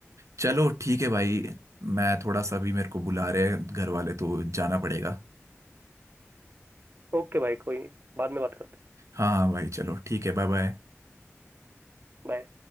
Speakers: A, on the right (about 80°); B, on the right (about 45°).
A: चलो ठीक है भाई मैं थोड़ा सा भी मेरे को बुला रहे हैं घर वाले तो जाना पड़ेगा
B: ओके भाई कोई नहीं, बाद में बात करते हैं
A: हाँ हाँ भाई चलो ठीक है बाय बाय
B: बाय